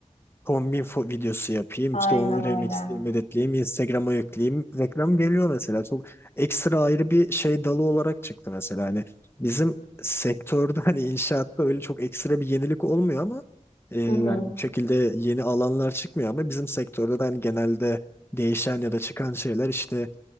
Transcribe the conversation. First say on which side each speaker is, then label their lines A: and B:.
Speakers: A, on the left; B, on the left.
A: kombin fo- videosu yapayım.
B: Aynen
A: işte onu remixleyeyim,
B: öyle.
A: editleyeyim, Instagram'a yükleyeyim. Reklam geliyor mesela. Çok ekstra ayrı bir şey dalı olarak çıktı mesela. Hani bizim sektörde <laughs> hani inşaatta öyle çok ekstra bir yenilik olmuyor ama e, yani
B: Hı hı.
A: bu şekilde yeni alanlar çıkmıyor ama bizim sektörde de hani genelde değişen ya da çıkan şeyler işte